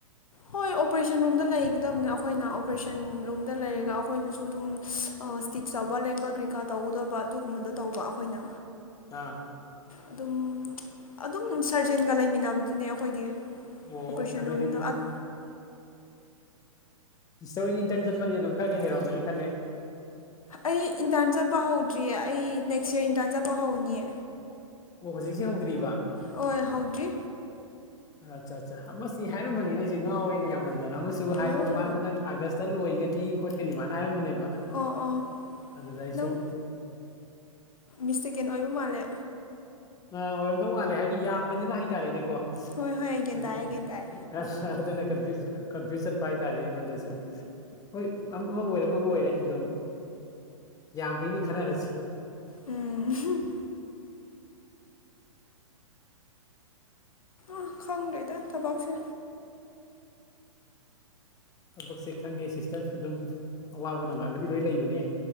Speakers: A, on the left; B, on the left.
A: ꯍꯣꯏ ꯑꯣꯄ꯭ꯔꯦꯁꯟ ꯔꯣꯝꯗ ꯂꯩꯒꯗꯕꯅꯦ ꯑꯈꯣꯏꯅ ꯑꯣꯄ꯭ꯔꯦꯁꯟ ꯂꯣꯝꯗ ꯂꯩꯔꯒ ꯑꯩꯈꯣꯏꯅꯁꯨ ꯑꯗꯨꯝ ꯑꯣ ꯁ꯭ꯇꯤꯆ ꯇꯧꯕꯥ ꯂꯦꯡꯕ ꯀ꯭ꯔꯤꯀꯥ ꯇꯧꯒꯗꯕ ꯑꯗꯨꯒꯨꯝꯕꯗꯣ ꯇꯧꯕ ꯑꯈꯣꯏꯅ
B: ꯑꯥ
A: ꯑꯗꯨꯝ ꯑꯗꯨꯝ ꯁꯔꯖꯦꯟꯒ ꯂꯩꯃꯤꯟꯅꯕꯗꯨꯅꯦ ꯑꯈꯣꯏꯗꯤ
B: ꯑꯣ
A: ꯑꯣꯄ꯭ꯔꯦꯁꯟ
B: ꯑꯗꯨꯗꯤ
A: ꯔꯨꯝꯗ ꯑꯠ
B: ꯁꯤꯁꯇꯔ ꯍꯣꯏꯗꯤ ꯏꯟꯇ꯭ꯔꯟ ꯆꯠꯄꯅꯤꯅ ꯑꯗꯨꯝ ꯈꯔꯗꯤ ꯍꯩꯔꯝꯒꯅꯤ ꯈꯜꯂꯦ
A: ꯑꯩ ꯏꯟꯇ꯭ꯔꯟ ꯆꯠꯄ ꯍꯧꯗ꯭ꯔꯤꯌꯦ ꯑꯩ ꯅꯦꯛꯁ ꯌꯤꯌꯔ ꯏꯟꯇ꯭ꯔꯟ ꯆꯠꯄ ꯍꯧꯅꯤꯌꯦ
B: ꯑꯣ ꯍꯧꯖꯤꯛꯁꯦ ꯍꯧꯗ꯭ꯔꯤꯕꯥ
A: ꯍꯣꯏ ꯍꯧꯗ꯭ꯔꯤ
B: ꯑꯆꯥ ꯆꯥ ꯑꯃꯁꯤ ꯍꯥꯏꯔꯝꯕꯅꯤꯅꯦ ꯑꯩꯁꯦ ꯉꯥꯎꯔꯦꯅꯦ ꯌꯥꯝ ꯃꯟꯗꯟ ꯑꯃꯁꯨ ꯍꯥꯏꯕꯅꯤ
A: ꯑꯣ
B: ꯃꯥꯅ ꯍꯟꯗꯛ ꯑꯥꯒꯁꯇ ꯂꯣꯏꯒꯅꯤ ꯈꯣꯠꯀꯅꯤ ꯑꯃꯥꯏꯅ ꯍꯥꯏꯔꯝꯕꯅꯦꯕ
A: ꯑꯣ ꯑꯣ
B: ꯑꯗꯨꯗ ꯑꯩꯁꯨ
A: ꯅꯪ ꯃꯤꯁꯇꯦꯀꯦꯟ ꯑꯣꯏꯕ ꯃꯥꯜꯂꯦ
B: ꯑꯥ ꯑꯣꯏꯔꯝꯗꯧ ꯃꯥꯜꯂꯦ ꯍꯥꯏꯗꯤ ꯌꯥꯝꯕꯅꯤꯅ ꯍꯥꯏꯇꯥꯔꯦꯅꯦꯀꯣ
A: ꯍꯣꯏ ꯍꯣꯏ ꯑꯩ ꯒ꯭ꯌꯥꯟ
B: ꯑꯗꯨ
A: ꯇꯥꯏ ꯑꯩ ꯒ꯭ꯌꯥꯟ ꯇꯥꯏ
B: ꯑꯁ ꯑꯗꯨꯅ ꯀꯟꯐꯨꯏꯁ ꯀꯟꯐ꯭ꯌꯨꯏꯁ ꯆꯠꯄ ꯍꯥꯏꯇꯥꯔꯦ ꯑꯩꯉꯣꯟꯗꯁꯨ ꯍꯣꯏ ꯑꯃ ꯑꯃꯕꯨ ꯑꯣꯏꯔꯦ ꯑꯃꯕꯨ ꯑꯣꯏꯔꯦ ꯑꯗꯨꯝ ꯌꯥꯝꯕꯩꯅꯤ ꯈꯟꯅꯔꯁꯤ
A: ꯎꯝ ꯑꯥ ꯈꯪꯗ꯭ꯔꯦꯗ ꯊꯕꯛꯁꯦ
B: ꯊꯕꯛꯁꯦ ꯈꯪꯗꯦ ꯁꯤꯁꯇ꯭ꯔ ꯑꯗꯨꯝ ꯑꯋꯥꯕ ꯅꯨꯡꯉꯥꯏꯕꯗꯤ ꯂꯣꯏ ꯂꯩꯕꯅꯦ